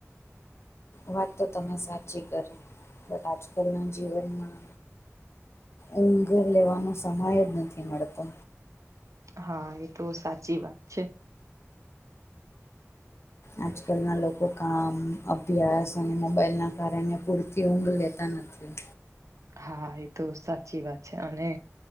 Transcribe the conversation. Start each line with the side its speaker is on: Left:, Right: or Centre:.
Left: વાત તો તમે સાચી કરી બટ આજકાલના જીવનમાં. ઊંઘર લેવાનો સમય જ નથી મળતો.
Right: હા એ તો સાચી વાત છે.
Left: આજકાલના લોકો કામ અભ્યાસ અને મોબાઈલના. કારરે એને પરતી ઉું લેતા નથી.
Right: હા એ તો સાચી વાત છે અને.